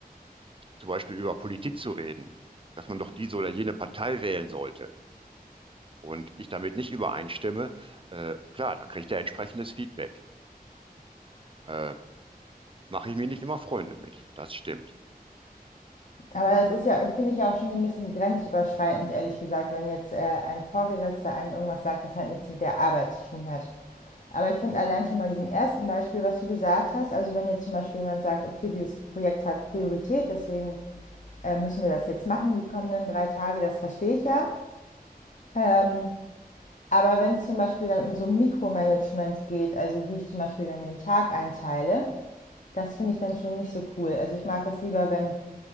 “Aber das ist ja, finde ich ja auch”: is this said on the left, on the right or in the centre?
Left